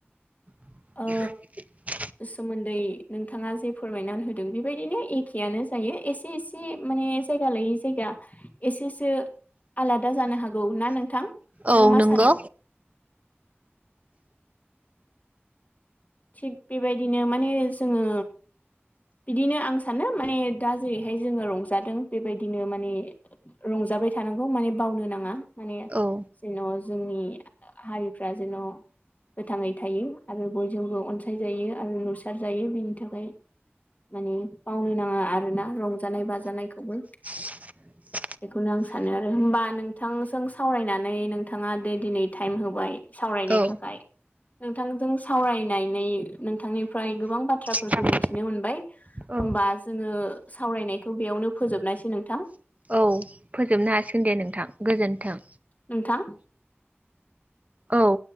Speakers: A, on the right (about 35°); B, on the left (about 35°).
A: <inaudible>
B: ओ सोमोन्दै नोंथांङा जे फोरमायनानै होदों बेबायदिनो एखेआनो जायो एसे एसे म माने जायगा लायै जायगा एसेसो आलादा जानो हागौ ना नोंथां।
A: औ
B: नों मा
A: नोंगौ।
B: सानो थिग बेबायदिनो माने जोङो बिदिनो आं सानो माने दा जेरैहाय जोङो रंजादों। बेबायदिनो माने रं जाबाय थानांगौ माने बावनो नाङा माने
A: औ
B: जेन' जोंनि हारिफ्रा जेन' गोथाङै थायो आरो बयजों बो अनसायजायो आरो नुसार जायो बेनि थाखाय माने मावनो नाङा आरोना रंजानाय बाजानायखौबो।
A: <inaudible>
B: बेखौनो आं सानो आरो होनबा नोंथांजों सावरायनानै नोंथाङा दा दिनै टाइम होबाय। सावरायनो
A: औ
B: थाखाय नोंथांजों सावरायनाय नै नोंथांनिफ्राय गोबां बाथ्राफोरखौ
A: औ
B: मिथिनो मोनबाय।
A: औ
B: होमबा जोङो सावरायनायखौ बेयावनो फोजोबनायसै नोंथां।
A: औ फोजोबनो हासिगोन दे नोंथां गोजोन्थों।
B: नोंथां
A: औ।